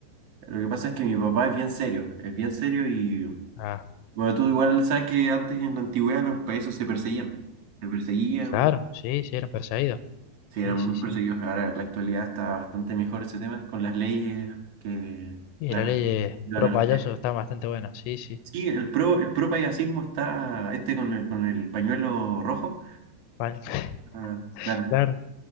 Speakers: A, on the right; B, on the left.
A: lo que pasa es que mi papá es bien serio, es bien serio y,
B: Ah,
A: bueno, tú igual sabes que antes en la antigüedad los payasos se perseguían, se perseguían,
B: claro, sí, sí, eran perseguidos.
A: sí
B: Sí,
A: eran
B: sí,
A: muy
B: sí.
A: perseguidos. Ahora en la actualidad está bastante mejor ese tema con las leyes que,
B: Y
A: claro,
B: la ley de
A: ayudan
B: pro
A: a los
B: payaso
A: payasos.
B: está bastante buena, sí, sí.
A: Sí, el pro, el pro payasismo está, este con el, con el pañuelo rojo.
B: Vale. <laughs>
A: Ah, claro,
B: Claro,